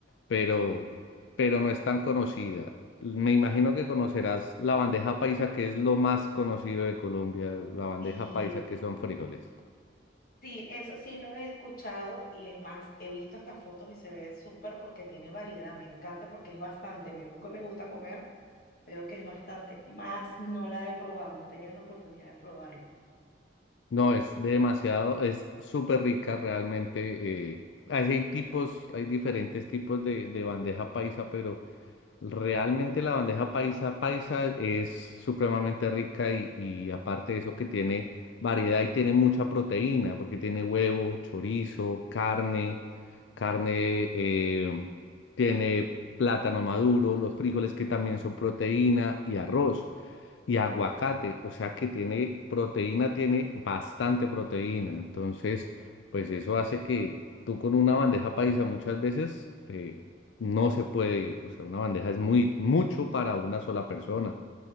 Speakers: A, on the left; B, on the left.
A: pero, pero no es tan conocida. Me imagino que conocerás la bandeja paisa, que es lo más conocido de Colombia, la bandeja
B: Sí,
A: paisa,
B: eh,
A: que son frijoles.
B: sí, eso sí lo he escuchado y es más, he visto hasta fotos y se ve súper porque tiene variedad, me encanta porque es bastante, mismo que me gusta comer, veo que es bastante, más no la he probado, no he tenido la oportunidad de probarla.
A: No, es demasiado, es súper rica realmente. eh, así hay tipos, hay diferentes tipos de, de bandeja paisa, pero Realmente la bandeja paisa paisa es supremamente rica y, y aparte de eso que tiene variedad y tiene mucha proteína, porque tiene huevo, chorizo, carne, carne, eh, tiene plátano maduro, los frijoles que también son proteína y arroz y aguacate, o sea que tiene proteína, tiene bastante proteína. Entonces, pues eso hace que tú con una bandeja paisa muchas veces eh, no se puede, o sea, una bandeja es muy mucho para una sola persona.